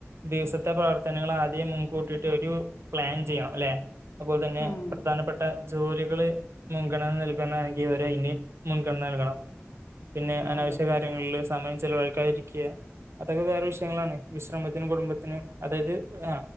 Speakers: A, on the right; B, on the left.
A: ദിവസത്തെ പ്രവർത്തനങ്ങൾ ആദ്യം മുൻകൂട്ടി ഒരു പ്ലാൻ ചെയണം അല്ലെ അതുപോലെ തന്നെ
B: ഉം
A: പ്രധാനപ്പെട്ട ജോലികള് മുൻഗണന നൽകുന്നാണെങ്കി അവര് അയിന്‌ മുൻഗണന നൽകണം പിന്നെ അനാവശ്യ
B: അതെ അതെ
A: കാര്യങ്ങളില് സമയം ചെലവഴിക്കാതിരിക്കുക അതൊക്കെ വേറെ വിഷയങ്ങളാണ് വിശ്രമത്തിനും കുടുംബത്തിനും അതായത് ആ